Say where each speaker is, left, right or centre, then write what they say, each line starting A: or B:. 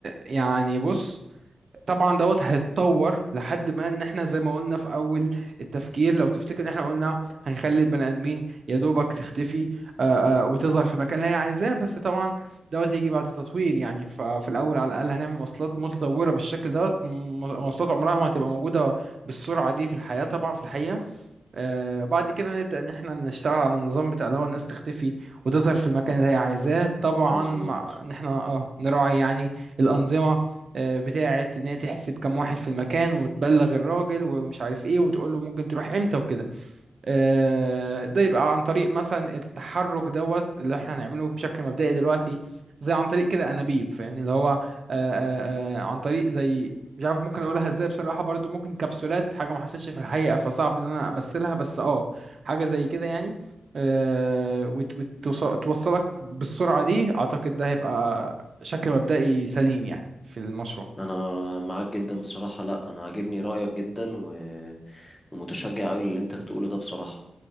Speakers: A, on the right; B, on the left.
A: يعني بص طبعا دوت هيتطور لحد ما ان احنا زي ما قلنا في اول التفكير لو تفتكر ان احنا قلنا هنخلي البني ادمين يا دوبك تختفي آه، آه، وتظهر في المكان اللي هي عايزاه بس طبعا دوت هيجي بعد تطوير يعني ففي الاول على الاقل هنعمل مواصلات متطوره بالشكل دوت م- مواصلات عمرها ما هتبقى موجوده بالسرعه دي في الحياه طبعا في الحقيقه آه، بعد كده نبدأ إن إحنا نشتغل على النظام بتاع اللي هو الناس تختفي وتظهر في المكان اللي هي عايزاه طبعا
B: مظبوط
A: مع إن إحنا أه نراعي يعني الأنظمة آه، بتاعة إن هي تحسب كم واحد في المكان وتبلغ الراجل ومش عارف إيه وتقول له ممكن تروح إمتى وكده آه، ده يبقى عن طريق مثلا التحرك دوت اللي احنا هنعمله بشكل مبدئي دلوقتي زي عن طريق كده انابيب فاهمني اللي هو آه، آه، آه، عن طريق زي مش عارف ممكن اقولها ازاي بصراحة برضو ممكن كبسولات حاجة ما حصلتش في الحقيقة فصعب ان انا امثلها بس اه حاجة زي كده يعني آه، وت- وتوص- توصلك بالسرعة دي اعتقد ده هيبقى شكل مبدئي سليم يعني في المشروع
B: أنا معاك جدا بصراحة لأ أنا عاجبني رأيك جدا و... ومتشجع أوي اللي أنت بتقوله ده بصراحة